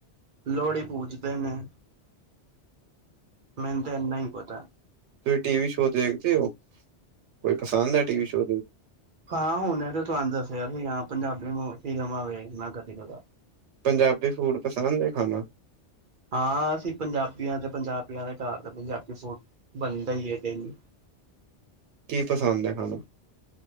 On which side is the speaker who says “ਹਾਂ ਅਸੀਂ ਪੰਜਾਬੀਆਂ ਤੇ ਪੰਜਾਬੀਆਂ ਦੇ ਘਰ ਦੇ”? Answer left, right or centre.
Right